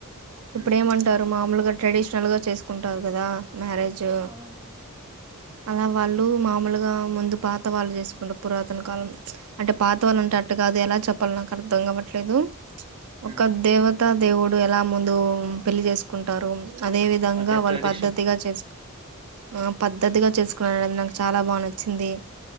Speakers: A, on the right; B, on the right.
A: హ్మ్.
B: ఇప్పుడు ఏమంటారు మామూలుగా ట్రెడిషనల్ గా చేసుకు ఉంటారు కదా మహారాజు
A: అవునండి.
B: అలా వాళ్ళు మామూలుగా ముందు పాత వాళ్ళు చేసుకుంటారు పురాతన కాలం అంటే పాత వాళ్ళు ఉంటే అట్టు కాదు ఎలా చెప్పాల నాకు అర్థం కా వట్లేదు
A: హ్మ్.
B: ఒక దేవత దేవుడు ఎలా ముందు పెళ్లి చేసుకుంటారు అదే విధంగా
A: అంటే
B: వాళ్ళు
A: ట్రెడిషన్.
B: పద్ద్దతిగా చేసుకో ఆ పద్ధతిగా చేసుకున్నారు అది నాకు చాలా బాగా నచ్చింది